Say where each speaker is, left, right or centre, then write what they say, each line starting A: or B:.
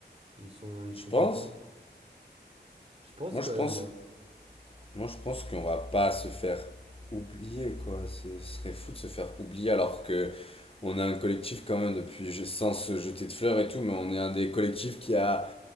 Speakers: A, on the right (about 35°); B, on the left (about 30°).
A: Ils sont, ils
B: Tu
A: sont
B: penses?
A: contents. Je pense
B: Moi
A: quand
B: je
A: même,
B: pense
A: moi.
B: Moi, je pense qu'on va pas se faire oublier, quoi. C'est- Ce serait fou de se faire oublier alors que on a un collectif quand même depuis, je- sans se jeter de fleurs et tout, mais on est un des collectifs qui a,